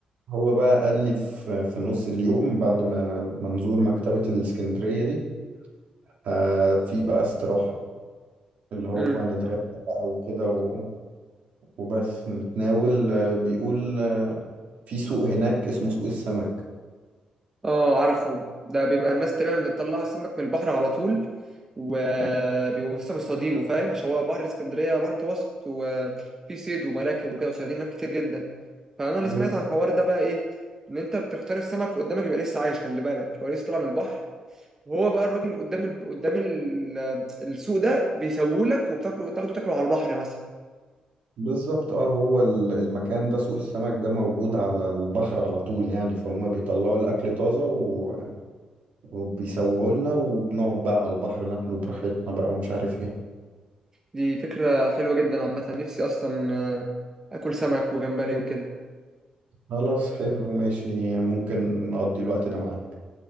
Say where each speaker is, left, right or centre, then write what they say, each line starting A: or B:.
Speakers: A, on the right; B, on the right.
A: هو بقى قال لي في في نص اليوم بعد ما منظور مكتبة الإسكندرية دي آه في بقى استراحة اللي هو
B: لي
A: هنتغدى بقى وكده و- وبس نتناول آه، بيقول آه، في سوق هناك اسمه سوق السمك
B: اه عارفه ده بيبقى الناس تقريبا بتطلع سمك من البحر على طول وبيبقوا لسه مصطادينه فاهم عشان هو بحر اسكندريه بحر متوسط وفي صيد ومراكب وكده وصيادين هناك كتير جدا فانا اللي سمعت
A: بز-
B: عن الحوار ده بقى ايه ان انت بتختار السمك قدامك يبقى لسه عايش خلي بالك هو لسه طالع من البحر وهو بقى الراجل قدام ال... قدام ال... السوق ده بيسووه لك وبتاكله بتاخده تاكله على البحر مثلا
A: بالظبط اه هو ال- المكان ده سوق السمك ده موجود على البحر على طول يعني فهم بيطلعوا الأكل طازة و- وبيسووه لنا وبنقعد بقى على البحر ناكله براحتنا بقى ومش عارف ايه
B: دي فكره حلوه جدا عامه نفسي اصلا آه، اكل سمك وجمبري وكده
A: خلاص حلو ماشي ممكن نقضي الوقت ده معاه